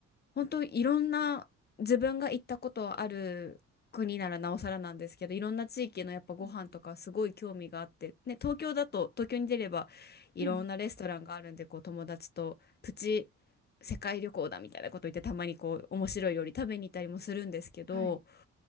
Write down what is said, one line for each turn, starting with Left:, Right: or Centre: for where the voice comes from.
Left: 本当いろんな自分が行ったことある国ならなおさらなんですけどいろんな地域のやっぱご飯とかすごい興味があって、
Right: うん。
Left: ね、東京だと東京に出ればいろんなレストランがあるんでこう友達とプチ
Right: うん
Left: 世界旅行だみたいなこと言ってたまにこう面白い料理食べに行ったりもするんですけど
Right: はい。